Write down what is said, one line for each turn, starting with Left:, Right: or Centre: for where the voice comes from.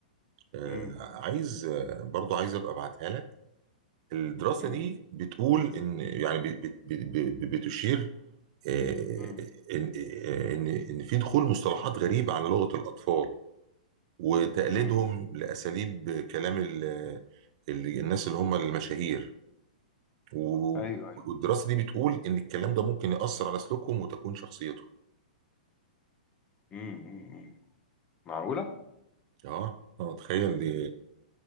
Right: آه،
Left: امم
Right: عايز آه، برضو عايز ابقى ابعتها لك الدراسة
Left: امم
Right: دي بتقول ان يعني بت- بت- بت- بتشير آه،
Left: امم
Right: ان آه، ان ان في دخول مصطلحات غريبه على لغه الاطفال وتقليدهم
Left: امم
Right: لاساليب كلام ال ال الناس اللي هم المشاهير و-
Left: ايوه ايوه
Right: والدراسه دي بتقول ان الكلام ده ممكن ياثر على سلوكهم وتكوين شخصيتهم
Left: امم امم معقولة
Right: اه اه تخيل دي
Left: امم